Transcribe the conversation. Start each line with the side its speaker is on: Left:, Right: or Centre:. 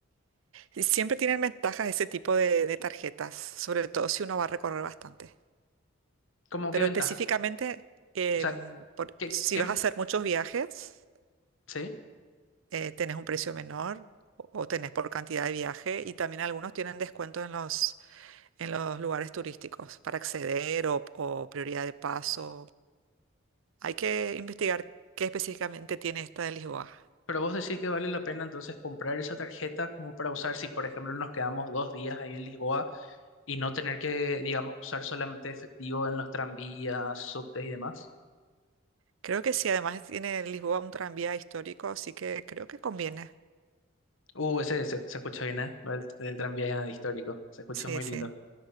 Right: Y siempre tienen ventajas ese tipo de, de tarjetas, sobre todo si uno va a recorrer bastante.
Left: ¿Cómo
Right: Pero
Left: qué ventaja?
Right: específicamente, em,
Left: O sea,
Right: por-
Left: ¿qué,
Right: si
Left: qué-
Right: vas a hacer muchos viajes,
Left: sí?
Right: eh, tenés un precio menor o, o tenés por cantidad de viaje y también algunos tienen descuentos en los, en los lugares turísticos para acceder o o prioridad de paso. Hay que investigar qué específicamente tiene esta de Lisboa.
Left: Pero vos decís que vale la pena entonces comprar esa tarjeta como para usar si, por ejemplo, nos quedamos dos días ahí en Lisboa y no tener que, digamos, usar solamente efectivo en los tranvías, subtes y demás.
Right: Creo que sí, además tiene Lisboa un tranvía histórico, así que creo que conviene.
Left: Uh, ese se, se escucha bien, ¿eh? Lo del el tranvía histórico. Se escucha
Right: Sí,
Left: muy
Right: sí.
Left: lindo.